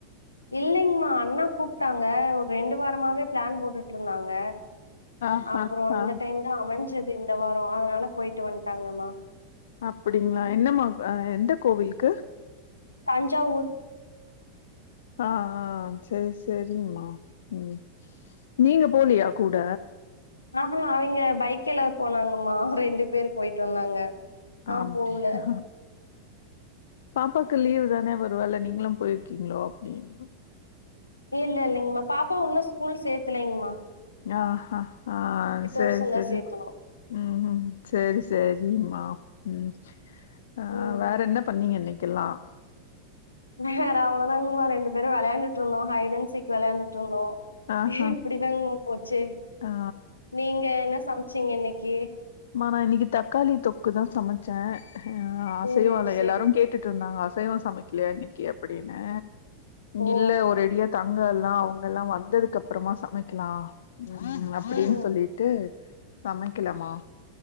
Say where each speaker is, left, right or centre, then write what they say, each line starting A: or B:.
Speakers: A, on the left; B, on the left.
A: இல்லைங்மா அண்ணா கூப்டாங்க ஒர் ரெண்டு வாரமாவே பிளேன் போட்டுட்டு இருந்தாங்க
B: ஆ
A: அப்புறோ
B: ஆ
A: இந்த
B: ஆ
A: டைம்தா அமஞ் சுது இந்த வாரோ அதனால போயிட்டு வன்டாங்கம்மா
B: அப்டிங்களா என்ன மா அ எந்த கோவிலுக்கு
A: தஞ்சாவூர்
B: ஆ ஆ சேரி சேரிம்மா ம் நீங்க போலியா கூட
A: ஆ அவிங்க பைக்ல்லதா போனாங்கம்மா ரெண்டு பேரு போயிட்டு வந்தாங்க நான்
B: அப்டியா
A: போவுல.
B: பாப்பாக்கு லீவுதா ன வருவால நீங்களும் போயிருக்கீங்களோ அப்டின்னு
A: இல்ல இல்லைங்மா பாப்பா ஒன்னு ஸ்கூல் சேத்தலைங்மா
B: ஆஹா ஆ சேரி
A: வருஷம்
B: சேரி
A: தான் சேர்த்தணும்.
B: ம் ம் சேரி சேரிம்மா ம் ஆஹ்
A: ம்.
B: வேற என்ன பண்ணீங்க இன்னைக்கு இருக்கிலாம்
A: வேற அவ்ள தாங்கமா ரெண்டு பேரும் விளையாண்டண்டு ஹைடன் சிக் விளையாண்டுட்டு இருந்தோம்
B: ஆஹா
A: இப்படிதாங்க போச்சு
B: ஆ
A: நீங்க என்ன சமைச்ச ச்சிங்க இன்னைக்கு
B: மா நான் இன்னைக்கு தக்காளி தொக்கு தான் சமைச்சேன் ஆஹ் அசைவம்
A: ஓ!
B: இல்ல
A: சரி,
B: எல்லாரும்
A: சரிங்க.
B: கேட்டுட்டு இருந்தாங்க இப்பவேவா சமைக்கலையா இன்னைக்கு அப்படின்னு
A: ஓ!
B: இல்ல ஒரு அடியா தான் அங்க எல்லாம் அவங்க எல்லாம் வந்ததுக்கு அப்புறமா சமைக்கலாம் உம் அப்படின்னு
A: ம். ம்.
B: சொல்லிட்டு சமைக்கலாமா